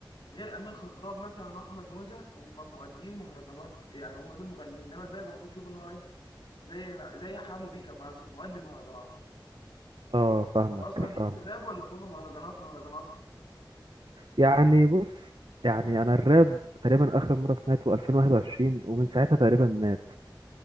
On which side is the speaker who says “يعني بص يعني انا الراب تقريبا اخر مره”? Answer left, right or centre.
Right